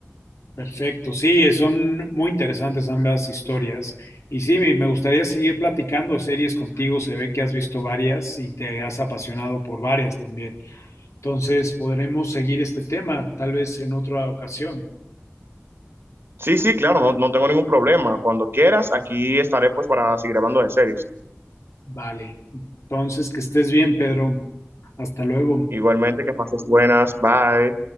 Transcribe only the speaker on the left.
Perfecto, sí, son muy interesantes ambas historias. Y sí, me me gustaría seguir platicando series contigo, se ve que has visto varias y te has apasionado por varias también. Entonces podremos seguir este tema, tal vez en otra ocasión.
Vale. Entonces, que estés bien, Pedro. Hasta luego.